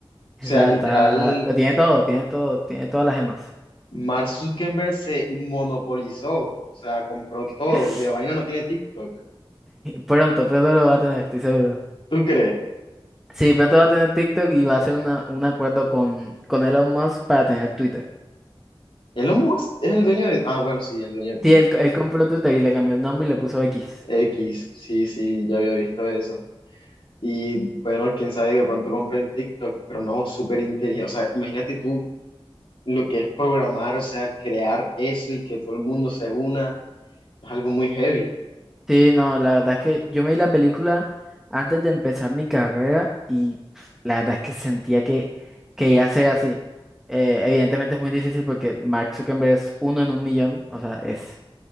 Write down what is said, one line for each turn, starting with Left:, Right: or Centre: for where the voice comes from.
Centre: Esa
Left: sea, literal,
Centre: está, lo tiene todo, tiene todo, tiene todas las gemas.
Left: Mark Zuckerberg se monopolizó. O sea, compró todo.
Centre: <laughs>
Left: De vaina no tiene TikTok.
Centre: Pronto, pronto lo va a tener, estoy seguro.
Left: ¿Tú crees?
Centre: Sí, pronto va a tener TikTok y va a hacer una- un acuerdo con, con Elon Musk para tener Twitter.
Left: Elon Musk es el dueño de... Ah, bueno, sí, el dueño de Twitter.
Centre: Sí, él, él compró Twitter y le cambió el nombre y le puso X.
Left: X, sí, sí, ya había visto eso. Y bueno, quién sabe, que pronto compre en TikTok, pero no, súper inteligente. O sea, imagínate tú lo que es programar, o sea, crear eso y que todo el mundo se una, es algo muy heavy.
Centre: Sí, no, la verdad es que yo me vi la película antes de empezar mi carrera y pf, la verdad es que sentía que, que iba a ser así. Eh, evidentemente es muy difícil porque Mark Zuckerberg es uno en un millón, o sea, es,